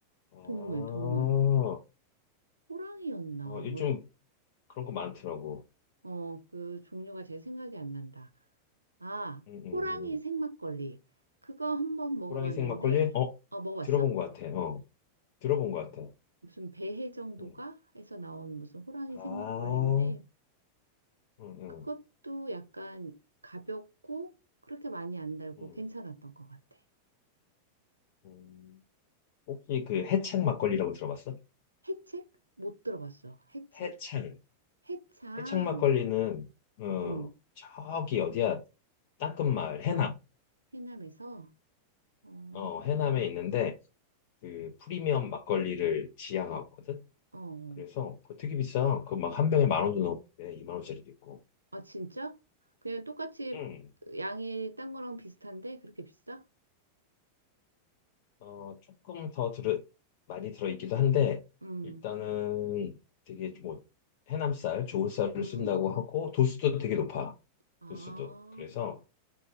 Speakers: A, on the left (about 50°); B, on the right (about 80°).
A: 아, 어,
B: 동물, 동물. 호랑이였나? 뭐였나?
A: 요즘 그런 거 많더라고.
B: 어, 그 종류가 제 생각이 안 난다. 아,
A: 음, 음.
B: 호랑이 생막걸리. 그거 한번 먹어봤는데,
A: 호랑이색 막걸리? 어,
B: 어, 먹어봤어?
A: 들어본 것 같아. 어, 들어본 것 같아.
B: 무슨 배해 정도가
A: 음.
B: 해서 나온 무슨 호랑이
A: 아,
B: 생막걸리인데,
A: 음, 음,
B: 그것도 약간 가볍고, 그렇게 많이 안 달고
A: 음,
B: 괜찮았던 것 같아.
A: 음. 혹시 그 해창 막걸리라고 들어봤어?
B: 해책? 못 들어봤어. 해책?
A: 해창.
B: 해창.
A: 해창 막걸리는 어,
B: 음,
A: 저기 어디야? 땅끝마을 해남.
B: 해남에서, 어,
A: 어, 해남에 있는데 그 프리미엄 막걸리를 지향하거든.
B: 어, 어.
A: 그래서 그거 되게 비싸. 그 막 한 병에 만 원도 넘고 2만 원짜리도 있고.
B: 아, 진짜? 그냥 똑같이
A: 응.
B: 양이 딴 거랑 비슷한데? 그렇게 비싸?
A: 어, 조금 더 들으, 많이 들어있기도 한데,
B: 음,
A: 일단은 되게 뭐, 해남쌀, 좋은 쌀을
B: 음.
A: 쓴다고 하고, 도수도 되게 높아.
B: 아,
A: 도수도. 그래서,